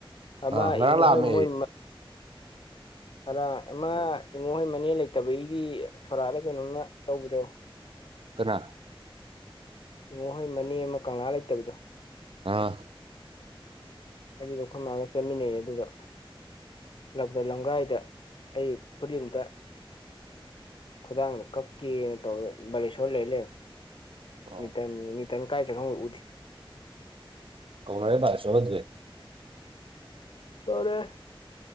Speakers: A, on the left; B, on the right.
A: ꯑꯃꯃ
B: ꯑꯥ ꯉꯔꯥꯡ
A: ꯏꯪ
B: ꯂꯥꯛꯑꯝꯃꯦ
A: ꯍꯣꯏ ꯃꯣꯏ ꯑꯔ ꯏꯃꯥ ꯏꯃꯨꯡꯍꯣꯏ ꯃꯅꯦ ꯂꯩꯇꯕꯒꯤꯗꯤ ꯁꯣꯔꯥꯗ ꯀꯩꯅꯣꯝꯃ ꯇꯧꯕꯗꯣ
B: ꯀꯅꯥ
A: ꯏꯉꯣꯍꯣꯏ ꯃꯅꯤ ꯑꯃ ꯀꯪꯂꯥ ꯂꯩꯇꯕꯗꯣ
B: ꯑꯥ
A: ꯑꯗꯨꯗꯣ ꯑꯩꯈꯣꯏ ꯃꯥꯥꯡꯒ ꯆꯠꯃꯤꯟꯅꯩ ꯑꯗꯨꯒ ꯂꯧꯗ ꯂꯝꯒꯥꯏꯗ ꯑꯩ ꯐꯔꯤꯝꯇ ꯈꯨꯗꯥꯡꯅ ꯀꯛꯀꯦꯅ ꯇꯧ ꯕꯥꯂꯦꯁꯣꯔ ꯂꯩꯔ ꯂꯩ
B: ꯑꯣ
A: ꯅꯇꯟ ꯅꯅꯤꯇꯟ ꯀꯥꯏ ꯆꯦ ꯈꯪꯉ ꯎ
B: ꯀꯧꯍꯡꯂꯦ ꯄꯥꯁꯕꯖꯚꯦ
A: ꯇꯧꯔꯦ